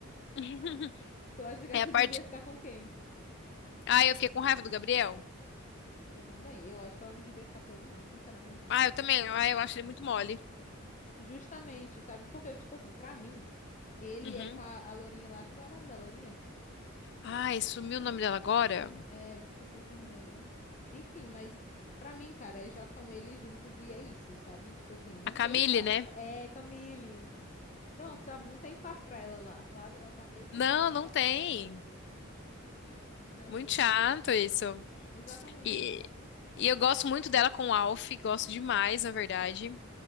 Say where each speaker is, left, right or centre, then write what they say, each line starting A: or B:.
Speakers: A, on the left (about 55°); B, on the left (about 35°).
A: <laughs>
B: Tu acha que
A: É
B: ela
A: a parte.
B: <laughs> devia ficar com quem?
A: Ah, eu fiquei com raiva do Gabriel.
B: Eu também. Eu acho que ela não devia ficar com ele, não, sinceramente.
A: Ah, eu também. Ah, eu acho ele muito mole.
B: Justamente, sabe? Porque, tipo assim, pra mim, ele
A: Uhum.
B: é com a, a Lourinha lá. Como é o nome da Lourinha?
A: Ai, sumiu o nome dela agora?
B: É, eu esqueci também, ó. Enfim, mas pra mim, cara, já são eles juntos e é isso, sabe? Tipo assim, não
A: A Camille,
B: tem espaço
A: né?
B: pra. É, Camille! Pronto, sabe? Não tem espaço pra ela lá, sabe? Ela tá meio que
A: Não, não
B: forçando.
A: tem.
B: Mas
A: Muito
B: aí,
A: chato isso.
B: exatamente.
A: E, e eu gosto muito dela com o Alf, gosto demais, na verdade.